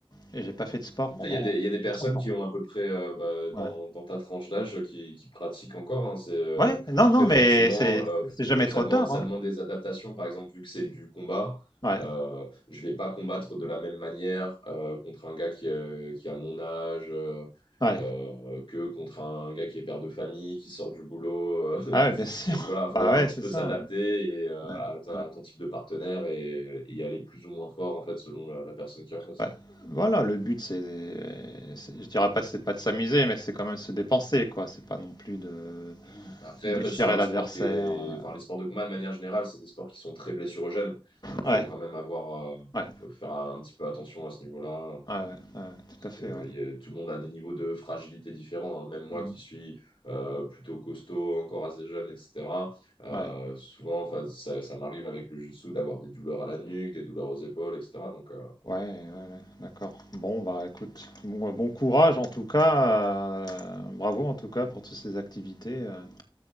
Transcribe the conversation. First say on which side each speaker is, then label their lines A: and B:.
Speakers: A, on the left; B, on the left.
A: et j'ai pas fait de sport
B: Après,
A: pendant
B: il y a des, il y a des personnes
A: 30 ans.
B: qui ont à peu près euh, bah,
A: Ouais.
B: dans, dans ta tranche d'âge euh, qui, qui pratiquent encore. hein. c'est, euh,
A: Ouais. Non,
B: après,
A: non, mais
B: forcément,
A: c'est
B: euh,
A: c'est
B: faut-
A: jamais
B: ça
A: trop
B: demande,
A: tard.
B: ça
A: hein.
B: demande des adaptations. Par exemple, vu que c'est du combat,
A: Ouais.
B: euh, je vais pas combattre de la même manière euh, contre un gars qui, euh, qui a mon âge euh,
A: Ouais.
B: euh, que contre un gars qui est père de famille, qui sort du boulot. euh. <laughs>
A: Ah, ouais, bien sûr.
B: Donc
A: <laughs>
B: voilà, faut
A: Bah
B: un
A: ouais,
B: petit
A: c'est
B: peu
A: ça.
B: s'adapter
A: ouais.
B: et, euh,
A: Ouais.
B: à, ta-
A: Ouais.
B: à ton type de partenaire et, et y aller plus ou moins fort en fait selon la, la personne qui est en face.
A: Ouais.
B: hein.
A: Voilà, le but, c'est, c'est- je dirais pas, c'est pas de s'amuser, mais c'est quand même se dépenser, quoi. C'est pas non plus de
B: Oui. Après,
A: déchirer
B: en fait, c'est un
A: l'adversaire.
B: sport qui est...
A: euh.
B: Enfin, les sports de combat, de manière générale, c'est des sports qui sont très blessurogènes. Donc,
A: Ouais,
B: il faut quand même avoir... euh,
A: ouais,
B: faut faire un petit peu attention à ce niveau-là.
A: ouais, ouais, ouais, ouais, tout
B: Parce
A: à fait,
B: que
A: ouais.
B: il y a- tout le monde a des niveaux de fragilité différents. hein. Même moi
A: Mhm.
B: qui suis euh, plutôt costaud, encore assez jeune, etc. euh,
A: Ouais,
B: souvent, enfin, ça, ça m'arrive avec le jiu-jitsu d'avoir des douleurs à la nuque, des douleurs aux épaules, etc. Donc, euh,
A: ouais, ouais, ouais, d'accord. Bon, bah, écoute, bon, euh, bon courage en tout cas. euh, bravo en tout cas pour toutes ces activités. euh.